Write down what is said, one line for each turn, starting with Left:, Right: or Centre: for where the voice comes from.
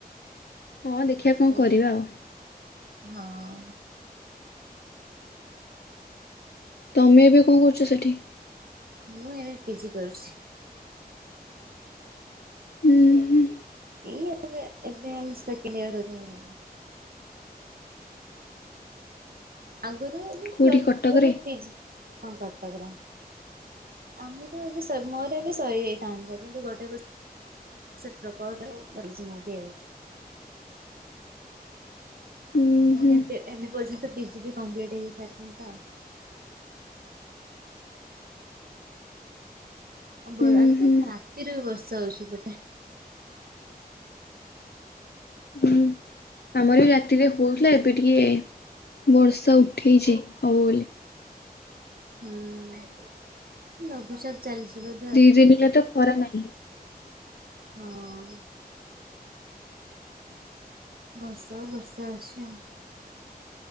Left: ହଁ ଦେଖିବା କଣ
Right: ହେଲା।
Left: କରିବା ଆଉ।
Right: ହଁ।
Left: ତମେ ଏବେ କଣ କରୁଛ ସେଠି?
Right: ମୁଁ ଏବେ ପିଜି କରୁଛି।
Left: ଉଁ ହୁଁ
Right: ଏଇୟ ଏବେ ଆମେ ସେକେଣ୍ଡ ୟର ନା। ଆଗରୁ ଏବେ
Left: କୋଉଠି କଟକରେ
Right: ବୋଧେ ପିଜି ହଁ କଟକରେ। ଆମର ଏବେ ମୋର ଏବେ ସହିଯାଇଥାନ୍ତା କିନ୍ତୁ ଗୋଟେ ବର୍ <unintelligible>
Left: ଉଁ
Right: ମାନେ
Left: ହୁଁ
Right: ଏବେ ଏବେ ପର୍ଯ୍ୟନ୍ତ ବିଜି ବି କମ୍ପ୍ଲିଟ୍ ହେଇ ସାରଯାଇଥାଆନ୍ତା। ଆ
Left: ଉଁ
Right: ତ
Left: ହୁଁ
Right: ରାତିରେ ବି ବର୍ଷା ହଉଛି ଏପଟେ।
Left: ହୁଁ ଆମର ବି ରାତିରେ ହଉଥିଲା। ଏବେ ଟିକେ ବର୍ଷା ଉଠେଇଛି ହବ ବୋଲି।
Right: ହୁଁ ଲଘୁଚାପ ଚାଲିଛିି ବୋ
Left: ଦି ଦିନି ହେଲା ତ ଖରା ନାହିଁ।
Right: ହଁ। ବର୍ଷା ବର୍ଷା ଅଛି ଆ